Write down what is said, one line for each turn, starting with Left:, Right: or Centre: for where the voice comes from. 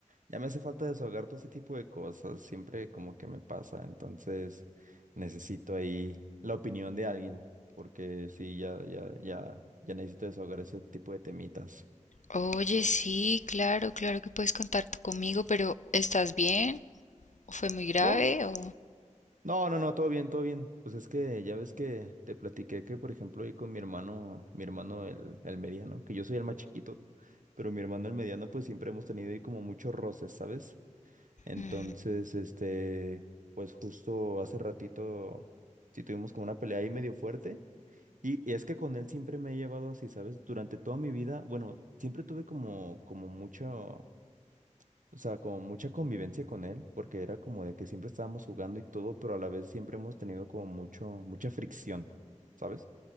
Right: ya me hace falta desahogar todo ese tipo de cosas. Siempre como que me pasa, entonces necesito ahí la opinión de alguien porque sí, ya, ya, ya, ya necesito desahogar ese tipo de temitas.
Left: Oye, sí, claro, claro que puedes contar tú conmigo, pero ¿estás bien? ¿O fue muy grave?
Right: No,
Left: ¿O...?
Right: No, no, no, todo bien, todo bien. Pues es que ya ves que te platiqué que, por ejemplo, ahí con mi hermano, mi hermano el, el mediano, que yo soy el más chiquito, pero mi hermano el mediano, pues siempre hemos tenido ahí como muchos roces, ¿sabes? Entonces,
Left: Mm.
Right: este, pues justo hace ratito sí tuvimos como una pelea ahí medio fuerte. Y, y es que con él siempre me he llevado así, ¿sabes? Durante toda mi vida, bueno, siempre tuve como, como mucho. O sea, como mucha convivencia con él, porque era como de que siempre estábamos jugando y todo, pero a la vez siempre hemos tenido como mucho, mucha fricción, ¿sabes?